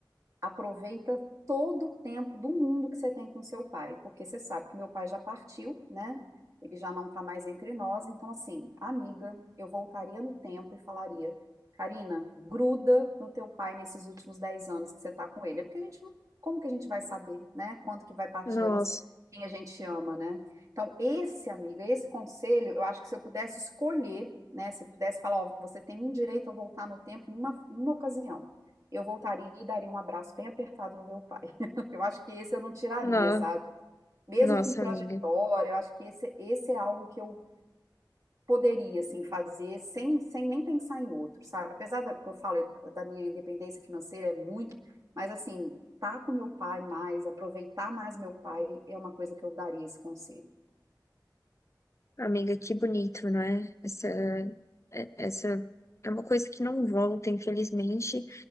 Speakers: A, on the right; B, on the left.
A: aproveita todo o tempo do mundo que você tem com seu pai, porque você sabe que meu pai já partiu, né? Ele já não tá mais entre nós, então assim, amiga, eu voltaria no tempo e falaria, Karina, gruda no teu pai nesses últimos 10 anos que você tá com ele, é porque a gente não, como que a gente vai saber, né? Quando que vai partir
B: Nossa,
A: a nossa, quem a gente ama, né? Então, esse, amiga, esse conselho, eu acho que se eu pudesse escolher, né, se eu pudesse falar, ó, você tem um direito a voltar no tempo em uma, em uma ocasião eu voltaria e daria um abraço bem apertado no meu pai. <laughs> Eu acho que esse eu não tiraria,
B: no,
A: sabe? Mesmo
B: nossa,
A: com trajetória,
B: amiga.
A: eu acho que esse, esse é algo que eu poderia, assim, fazer sem, sem nem pensar em outro, sabe? Apesar da, que eu falo da minha independência financeira, é muito, mas, assim, tá com meu pai mais, aproveitar mais meu pai, é uma coisa que eu daria esse conselho.
B: Amiga, que bonito, não é? Essa, é- essa é uma coisa que não volta, infelizmente.